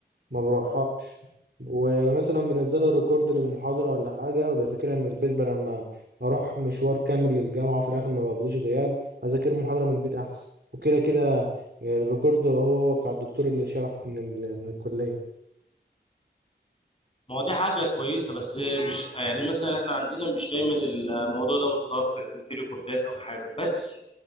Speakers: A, on the right (about 60°); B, on the left (about 30°).
A: ما بروحهاش ومثلا بنزلوا ريكورد للمحاضرة ولا حاجة بذاكرها من البيت بدل ما أروح مشوار كامل للجامعة وفي الآخر ما باخدوش غياب هذاكر محاضرة من البيت أحسن وكده كده الريكورد هو هو بتاع الدكتور اللي شرح من, ال- من الكلية
B: ما هو دي حاجه كويسه بس مش يعني مثلا احنا عندنا مش دايما الموضوع ده متوفر في ريكوردات او حاجه بس